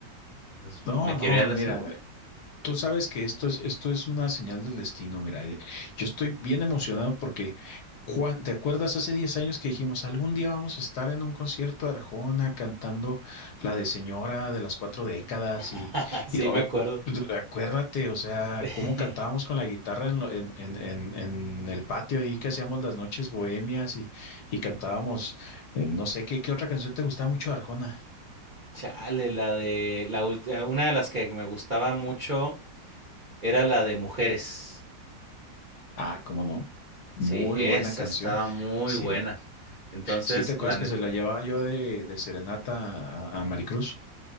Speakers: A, on the right; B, on the left.
A: Pues
B: No,
A: me
B: no,
A: quiero ir a la
B: mira,
A: segura.
B: Tú sabes que esto es, esto es una señal del destino, mira. eh, Yo estoy bien emocionado porque, Juan, ¿te acuerdas hace 10 años que dijimos, algún día vamos a estar en un concierto de Arjona cantando la de Señora de las cuatro décadas?
A: <laughs>
B: Y,
A: sí,
B: y, o-
A: me acuerdo.
B: eh, acuérdate, o sea,
A: <laughs>
B: cómo cantábamos
A: Sí.
B: con la guitarra en, lo- en, en, en- en el patio ahí que hacíamos las noches bohemias y, y cantábamos, eh, no sé, ¿qué, qué otra canción te gustaba mucho de Arjona?
A: Chale, la de la última, una de las que me gustaba mucho era la de mujeres.
B: Ah, cómo no, muy
A: Sí, esa
B: buena canción.
A: estaba muy
B: Sí.
A: buena. Entonces,
B: Sí, ¿te acuerdas
A: la neta.
B: que se la llevaba yo de, de serenata a, a Maricruz?